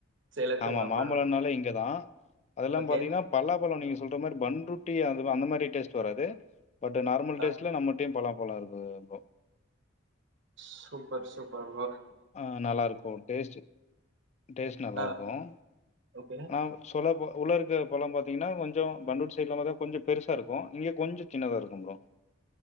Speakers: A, on the right (about 65°); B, on the left (about 35°).
A: சேலத்து
B: ஆமா
A: மாம்பழம்
B: மாம்பழம்னாலே இங்கதா அதெல்லாம்
A: ஓகே
B: பாத்தீங்கன்னா பல்லாபழம் நீங்க சொல்ற மாதிரி பண்ருட்டி அ அந்த மாதிரி டேஸ்ட் வராது பட நார்மல்
A: ஆ
B: டேஸ்ல நம்மட்டையும் பலா பலா இருக்கு ப்ரோ
A: சூப்பர் சூப்பர் வ
B: ஆ நல்லா இருக்கு டேஸ்ட்டு டேஸ்ட் நல்லா
A: ஆ
B: இருக்கு ஆனா
A: ஓகே
B: சொல்ல போ உள்ள இருக்க பழம் பாத்தீங்கன்னா கொஞ்சோ பண்டூர் சைட் இல்லாம தா கொஞ்சோ பெருசாக இருக்கு இங்கே கொஞ்சோ சின்னதா இருக்கு ப்ரோ